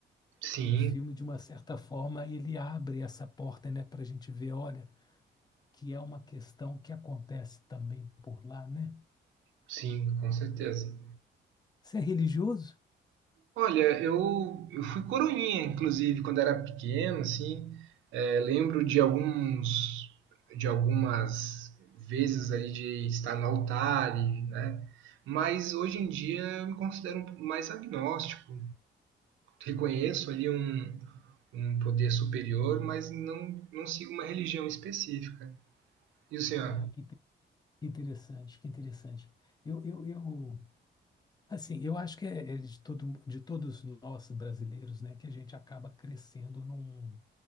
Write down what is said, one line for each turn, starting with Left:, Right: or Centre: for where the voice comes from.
Right: Sim,
Left: O filme, de uma certa forma, ele abre essa porta, né, para a gente ver, olha, que é uma questão que acontece também por lá, né?
Right: sim, com certeza.
Left: Você é religioso?
Right: Olha, eu, eu fui coroinha, inclusive, quando era pequeno, assim. É, lembro de alguns, de algumas vezes ali de estar no altar, e, né? Mas hoje em dia eu me considero um mais agnóstico. Reconheço ali um, um poder superior, mas não, não sigo uma religião específica. E o senhor?
Left: Ah, que inte- que interessante, que interessante. Eu, eu, eu, assim, eu acho que é, é de todo, de todos nós brasileiros, né, que a gente acaba crescendo num,